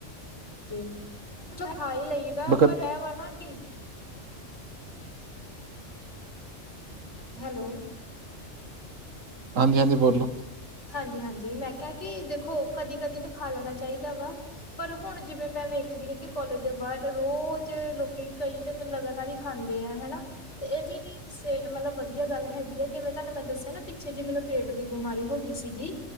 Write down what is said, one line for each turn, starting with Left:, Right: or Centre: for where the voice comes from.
Left: ਜੀ, ਖਾ ਹੀ ਲਈਦਾ
Right: ਬਕਤ
Left: ਪਰ ਇਹ ਵਾ ਨਾ ਕੀ ਹੈਲੋ।
Right: ਹਾਂਜੀ ਹਾਂਜੀ, ਬੋਲੋ।
Left: ਹਾਂਜੀ ਹਾਂਜੀ, ਮੈਂ ਕਿਹਾ ਕਿ ਦੇਖੋ ਕਦੀ ਕਦੀ ਤਾਂ ਖਾ ਲੈਣਾ ਚਾਹੀਦਾ ਵਾ ਪਰ ਹੁਣ ਜਿਵੇਂ ਮੈਂ ਵੇਖਦੀ ਹਾਂ, ਕਿ ਕੋਲਜ ਦੇ ਬਾਹਰ ਰੋਜ਼ ਲੋਕੀ ਕਈ ਤੇ ਲਗਾਤਾਰ ਹੀ ਖਾਂਦੇ ਆ, ਹਨਾ। ਤੇ ਇਹ ਵੀ ਨਹੀਂ ਕਿਸੇ ਮਤਲਬ ਵਧੀਆ ਗੱਲ ਹੈਗੀ ਹੈ, ਜਿਵੇਂ ਤੁਹਾਨੂੰ ਮੈਂ ਦੱਸਿਆ ਨਾ ਪਿੱਛੇ ਜਿ ਮੈਨੂੰ ਪੇਟ ਦੀ ਬਿਮਾਰੀ ਹੋ ਗਈ ਸੀਗੀ,